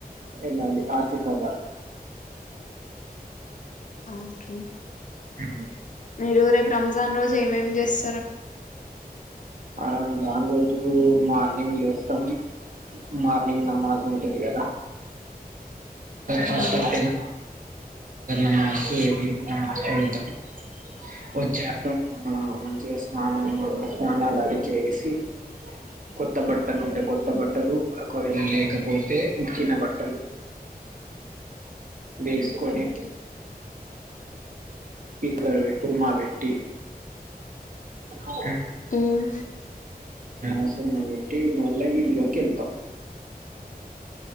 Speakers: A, on the right; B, on the left.
A: వెళ్ళాలి ఆసిఫాబాద్
B: ఓకే
A: ఉ
B: మీరు రేపు రంజాన్ రోజు ఏమేం చేస్త
A: ఆరందా అనిదు మార్నింగ్ లేస్తం మార్నింగ్ నమాజ్ ంటది కదా ఫస్ట్
B: అవును
A: అయితేర్ మార్ వెతాను వచ్చాక మంచిగా వ స్నాన స్నానాలు అవి చేసి కొత్త బట్టలు ఉంటే కొత్త బట్టలు ఒకవేళ లేకపోతే ఉతికిన బట్టలు వేసుకొని
B: ఓకే
A: ఇద్దరు వె కుర్మా పెెట్టి ఓ
B: ఉమ్.
A: ఆసుర పెట్టి మళ్ళా ఈద్గాకి వెళ్తాం